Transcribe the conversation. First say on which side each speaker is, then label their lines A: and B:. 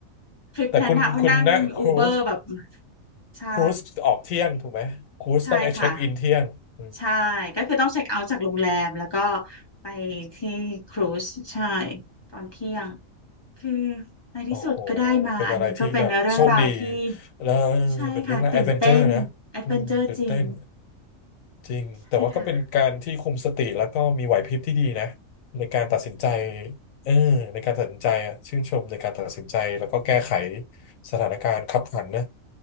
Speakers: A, on the left (about 45°); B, on the left (about 75°).
A: ทริปนั้นอะว่านั่งอูเบอร์แบบ
B: แต่คุณคุณนะครูซ
A: ใช่
B: ครูซออกเที่ยงถูกไหมครูซต้องเช็คอินเที่ยงอืม
A: ใช่ค่ะ ใช่ก็คือต้องเช็คเอาท์จากโรงแรมแล้วก็ไปที่ครูซใช่ตอนเที่ยงคือในที่สุดก็ได้มาอันนี้ก็เป็นเรื่องราวที่
B: โอ้โหเป็นอะไรที่แบบโชคดีแล้ว
A: ใช่ค่ะตื่นเต้นแอดเวนเจอร์จริง
B: เป็นเรื่องราวแอดเวนเจอร์นะอืมตื่นเต้น จริงแต่ว่าก็เป็นการที่คุมสติแล้วก็มีไหวพริบที่ดีนะ
A: ใช่ค่ะ
B: ในการตัดสินใจเออในการตัดสินใจอ่ะชื่นชมในการตัดสินใจแล้วก็แก้ไขสถานการณ์คับขันนะ